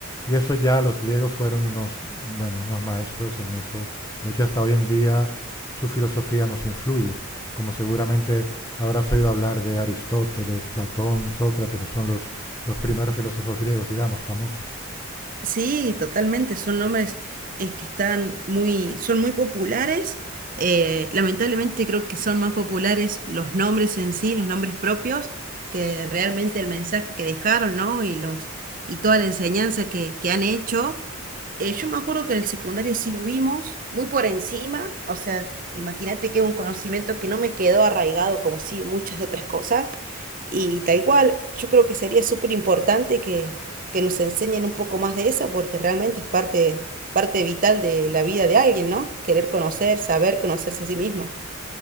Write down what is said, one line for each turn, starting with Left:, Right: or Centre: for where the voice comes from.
Left: Y eso ya los griegos fueron unos, bueno, unos maestros en eso. De hecho, hasta hoy en día su filosofía nos influye. Como seguramente habrás oído hablar de Aristóteles, Platón, Sócrates, que son los, los primeros filósofos griegos, digamos, famosos.
Right: Sí, totalmente. Son nombres eh, que están muy, son muy populares. Eh, lamentablemente creo que son más populares los nombres en sí, los nombres propios, que realmente el mensaje que dejaron, ¿no? Y los, y toda la enseñanza que, que han hecho. Eh, yo me acuerdo que en el secundario sí lo vimos, muy por encima, o sea, imagínate que es un conocimiento que no me quedó arraigado como sí muchas otras cosas, y tal cual, yo creo que sería súper importante que, que nos enseñen un poco más de eso, porque realmente es parte, parte vital de la vida de alguien, ¿no? Querer conocer, saber conocerse a sí mismo.